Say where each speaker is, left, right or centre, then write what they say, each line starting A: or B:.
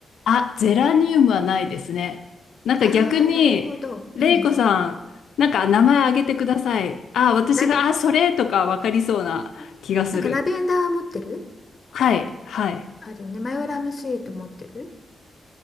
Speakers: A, on the left; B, on the left.
A: あ、ゼラニウムはないですね。なんか逆に、
B: ああー、なるほど。
A: レイコさん、
B: うん。
A: なんか名前あげてください。あ、私が、
B: ラベ、
A: あ、それとかわかりそうな気がする。
B: うん。なんかラベンダー持ってる
A: はい、はい。
B: あるよね。マヨラムスイート持ってる